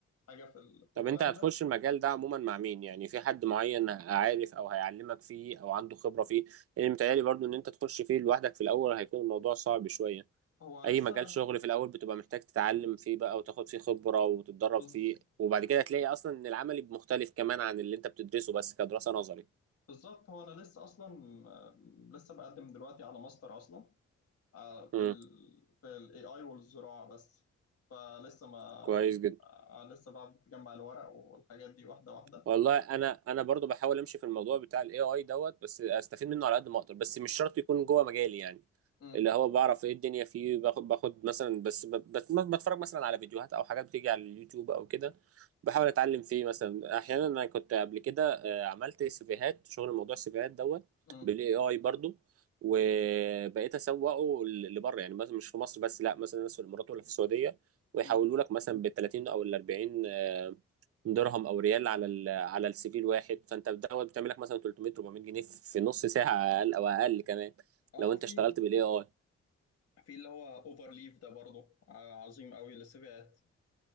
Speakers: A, on the left; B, on the right.
A: حاجه في ال- في
B: طب
A: هولندا
B: انت هتخش المجال ده عموما مع مين يعني في حد معين عارف او هيعلمك فيه او عنده خبرة فيه لان متهيألي برضو ان انت تخش فيه لوحدك في الاول هيكون الموضوع صعب شوية
A: هو لسه
B: اي مجال شغل في الاول بتبقى محتاج تتعلم فيه بقى وتاخد فيه خبرة وتتدرب
A: بز-
B: فيه وبعد كده هتلاقي اصلا ان العملي مختلف كمان عن اللي انت بتدرسه بس كدراسة نظري
A: بالظبط هو انا لسه اصلا آه، لسه بقدم دلوقتي على ماستر اصلا آه، في
B: امم
A: ال في الاي اي والزراعه بس فلسه ما
B: كويس جدا
A: آه، لسه بقى بتجمع الورق والحاجات دي واحده واحده
B: والله انا انا برضو بحاول امشي في الموضوع بتاع الاي اي دوت بس استفيد منه على قد ما اقدر بس مش شرط يكون جوه مجالي يعني
A: امم
B: اللي هو بعرف ايه الدنيا فيه باخد باخد مثلا بس ب- بت- بتفرج مثلا على فيديوهات او حاجات بتيجي على اليوتيوب او كده بحاول اتعلم فيه مثلا احيانا انا كنت قبل كده آه، عملت سيفيهات شغل موضوع السيفيهات دوت
A: امم
B: بالاي اي برضو وبقيت اسوقه ل- لبره يعني مثلا مش في مصر بس لا مثلا ناس في الامارات ولا في السعوديه ويحولوا
A: امم
B: لك مثلا ب 30 او ال 40 درهم او ريال على ال- على السي في الواحد فانت دوت بتعمل لك مثلا 300 400 جنيه في نص ساعه اقل او اقل كمان
A: اه
B: لو انت
A: في
B: اشتغلت بالاي اي
A: في اللي هو اوفر ليف ده برضه ع- عظيم قوي للسيفيات